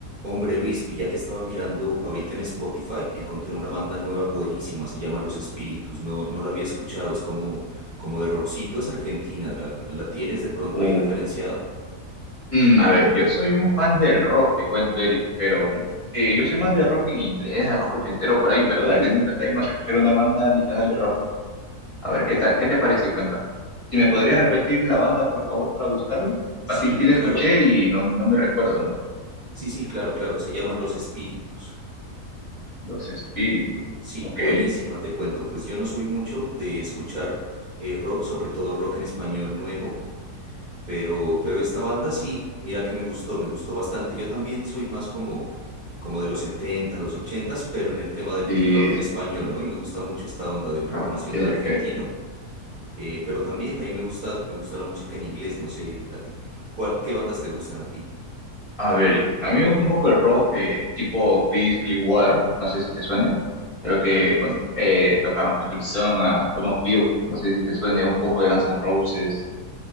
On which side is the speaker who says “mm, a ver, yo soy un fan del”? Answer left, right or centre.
Left